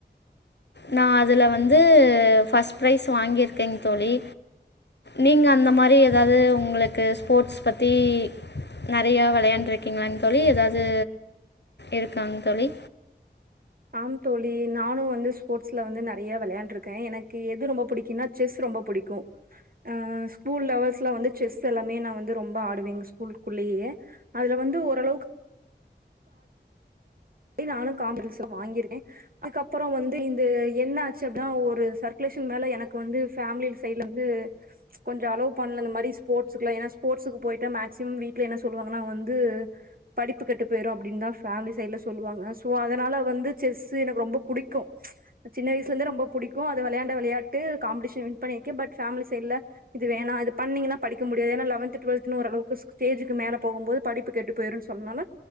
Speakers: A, on the left; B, on the right.
A: நா அதுல வந்து ஃபர்ஸ்ட் ப்ரைஸ் வாங்கியிருக்கேங் தோழி நீங்க அந்த மாரி எதாவது உங்களுக்கு ஸ்போர்ட்ஸ் பத்தி நறைய விளையாண்ருக்கீங்களா தோழி எதாவது இருக்காங் தோழி
B: ஆம் தோழி நானு வந்து ஸ்போர்ட்ஸ்ல வந்து நறைய விளையாண்டுருக்கே எனக்கு எது ரொம்ப பிடிக்குன்னா செஸ் ரொம்ப புடிக்கு அ ஸ்கூல் லெவல்ஸ்ல வந்து செஸ் எல்லாமே நா வந்து ரொம்ப ஆடுவே எங்க ஸ்கூலுக்குள்ளேயே அதுல வந்து ஓரளவுக்கு ஏ நானு காம் மெடல்ஸ்லா வாங்கிறே அதுக்கப்பறோ வந்து இந்து என் ஆச்சு அப்டின்னா ஒரு சர்க்குலேஷன் மேல எனக்கு வந்து ஃபேமிலி சைடுல இருந்து கொஞ்ச அலோ பண்ல அ இந்த மாதிரி ஸ்போர்ட்ஸுக்குலா ஏன்னா ஸ்போர்ட்ஸுக்கு போயிட்டா மேக்சிமம் வீட்ல என்ன சொல்லுவாங்கனா வந்து படிப்பு கெட்டு போயிரு அப்படின்தா ஃபேமிலி சைட்ல சொ ல்லுவாங்க சோ அதுனால வந்து செஸ்ஸு எனக்கு ரொம்ப பிடிக்கு சின்ன வயசுல இருந்து ரொம்ப பிடிக்கு அத வெளையாண்ட விளையாட்டு காம்பிடேஷன் வின் பண்ணியிருக்கே பட் ஃபேம்லி சைட்ல இது வேணா இது பண்னிங்கன்னா படிக்க முடியாது ஏன்னா லெவன்த் டுவலத் ஓரளவுக்கு ஸ்டேஜுக்கு மேல போகும்போது படிப்பு கெட்டு போயிருன்னு சொன்னனால